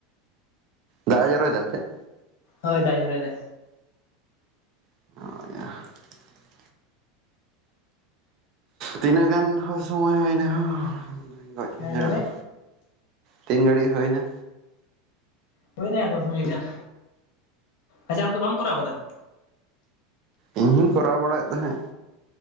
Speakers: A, on the right; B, on the left.
A: ᱫᱟᱜ ᱮ ᱡᱚᱨᱚᱭ ᱫᱟ ᱦᱤᱛᱮ?
B: ᱦᱳᱭ, ᱫᱟᱜ ᱮ ᱡᱚᱨᱚᱭ ᱫᱟ᱾
A: <unintelligible> ᱛᱤᱱᱟᱹᱜ ᱜᱟᱱ ᱦᱳ ᱥᱚᱢᱚᱭ ᱦᱳᱭᱱᱟ ᱦᱳ? ᱜᱚᱡᱽ
B: ᱦᱮᱸ
A: ᱜᱷᱟᱸᱡᱮᱲᱚᱜᱼᱟ᱾
B: ᱞᱟᱹᱭ ᱢᱮ
A: ᱛᱤᱱ ᱜᱷᱟᱹᱲᱤᱡ ᱦᱳᱭ ᱱᱟ?
B: ᱦᱳᱭ ᱱᱟᱭᱟ ᱫᱚᱥ ᱢᱤᱱᱤᱴ ᱜᱟᱱ, ᱟᱪᱷᱟ ᱟᱢ ᱫᱚ ᱵᱟᱢ ᱠᱚᱨᱟᱣ ᱠᱟᱫᱟ?
A: ᱤᱧ ᱦᱩᱧ ᱠᱚᱨᱟᱣ ᱵᱟᱲᱟᱭᱮᱜ ᱛᱟᱦᱮᱸᱜ᱾